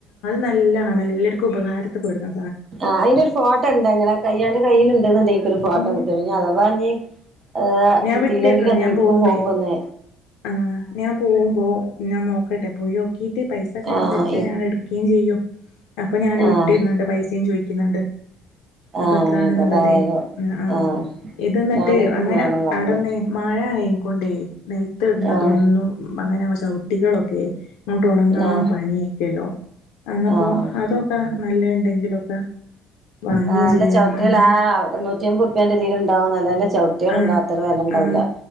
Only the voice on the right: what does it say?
ആ അയിന്റെ ഒരു ഫോട്ടൊണ്ടൊ ങ്ങടെ <unintelligible> കയ്യിൽ ഇണ്ട്ന്നിണ്ടെങ്കി എനിക്കൊരു ഫോട്ടോ
വിട്ടു <unintelligible> അഥവാ ഇനി ഏ
കിട്ടിയില്ലെങ്കിൽ
എന്ന്
നിക്കു
പോകുമ്പോന്ന്
ആഹ്
ആഹ്
ആഹ്
ആയിക്കോട്ടെ
ഏതായാലും
ആഹ്
ഞാനിക്കും
വേണം വാങ്ങാൻ
ആഹ്
ആഹ്
ആഹ്
ആ ല്ല
ചോട്ടികളാ
ആ നൂറ്റിയമ്പറുപ്പ്യേന്റെ തില് ഉണ്ടാവും നല്ലല്ല ചവിട്ടികൾ
ണ്ട്, അത്ര വെലണ്ടാവുല്ല.